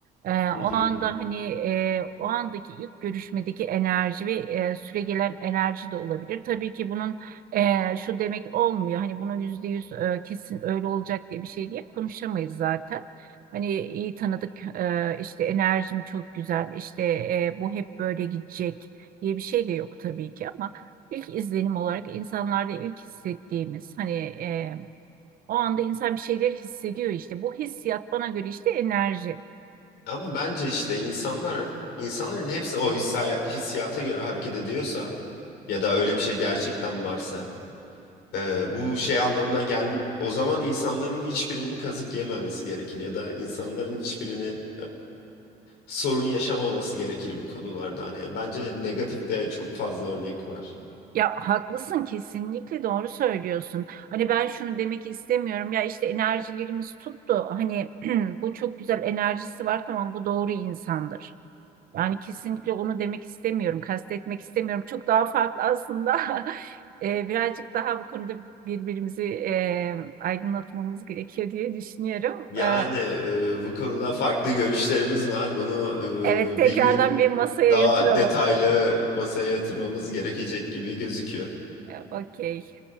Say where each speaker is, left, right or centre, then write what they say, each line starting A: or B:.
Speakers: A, on the right; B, on the left.
A: E,
B: hı
A: o
B: hı.
A: anda hani e, o andaki ilk görüşmedeki enerji ve e, süregelen enerji de olabilir. Tabii ki bunun e, şu demek olmuyor. Hani bunun yüzde yüz e, kesin öyle olacak diye bir şey diye konuşamayız zaten. Hani iyi tanıdık, e, işte enerjim çok güzel, işte e, bu hep böyle gidecek diye bir şey de yok tabii ki ama ilk izlenim olarak insanlarda ilk hissettiğimiz hani e, o anda insan bir şeyler hissediyor işte. Bu hissiyat bana göre işte enerji.
B: Ama bence işte insanlar insanların hepsi o hissi, hissiyata göre hareket ediyorsa ya da öyle bir şey gerçekten varsa e, bu şey anlamına gel o zaman insanların hiçbirinin kazık yememesi gerekir ya da insanların hiçbirinin sorun yaşamaması gerekir bu konularda. Hani bence negatif de çok fazla örnek var.
A: Ya haklısın kesinlikle doğru söylüyorsun. Hani ben şunu demek istemiyorum ya işte enerjilerimiz tuttu. Hani <clears throat> bu çok güzel enerjisi var tamam bu doğru insandır. Yani kesinlikle onu demek istemiyorum, kastetmek istemiyorum. Çok daha farklı aslında. <laughs> E, birazcık daha bu konuda birbirimizi e, aydınlatmamız gerekiyor diye düşünüyorum.
B: Yani
A: E,
B: e, bu konuda farklı görüşlerimiz var. Bunu
A: <laughs> evet, tekrardan
B: e, bir gün
A: bir masaya
B: daha
A: yatıralım.
B: detaylı masaya yatırmamız gerekecek gibi gözüküyor.
A: E, okey.